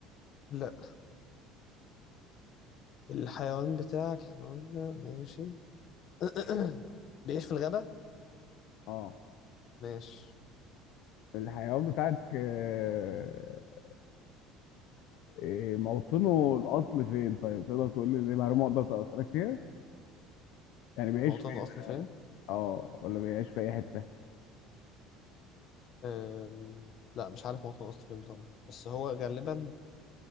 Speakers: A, on the left (about 45°); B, on the left (about 65°).
A: لا الحيوان بتاعك احنا قلنا ماشي <clears throat> بيعيش في الغابة
B: اه
A: ماشي
B: الحيوان بتاعك آه، إيه موطنه الاصل فين طيب تقدر تقول لي زي معلومه اقدر اسالك فيها يعني بيعيش
A: موطن
B: في
A: الأصل فين
B: اه ولا بيعيش في اي حته
A: أم... لا مش عارف موطن الأصل فين بصراحة بس هو غالبا